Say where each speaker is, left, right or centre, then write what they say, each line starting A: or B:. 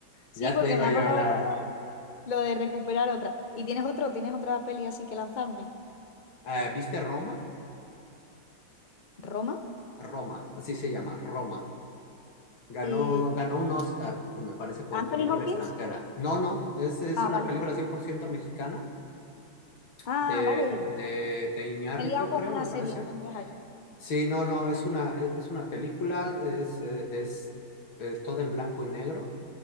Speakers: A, on the left; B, on the left.
A: Sí,
B: Ya
A: porque
B: tengo
A: me he acordado
B: yo la...
A: por lo lo de recuperar otra. ¿Y tienes otro? ¿Tienes otra peli así que lanzarme?
B: ah, ¿viste Roma?
A: ¿Roma?
B: Roma, así se llama, Roma. Ganó,
A: Eh,
B: ganó un Oscar, que me parece como
A: ¿Anthony
B: película
A: Hopkins?
B: extranjera. No, no, es, es
A: Ah,
B: una
A: vale.
B: película 100% mexicana
A: Ah,
B: de,
A: vale.
B: de, de Iñárritu,
A: Me he liado con
B: creo,
A: una
B: me
A: serie,
B: parece.
A: entonces ahí.
B: Sí, no, no, es una, es, es una película, es, eh, es, es todo en blanco y negro